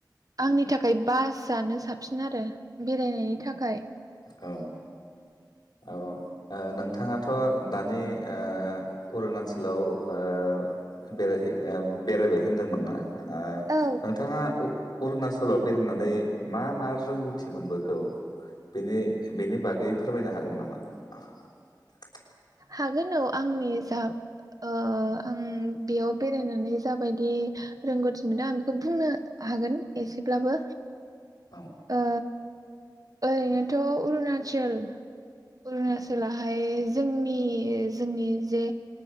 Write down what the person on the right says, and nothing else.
आंनि थाखाय बासानो साबसिन आरो। बेरायनायनि थाखाय।
औ
हागोन औ आंनि जा ओ आं बेयाव बेरायनानै जाबायदि रोंगौथि मोनदों आं बेखौ बुंनो हागोन एसेब्लाबो
अ ओरैनोथ' अरुणचल अरुनाचलाहाय जों जोंनि -जोंनि जे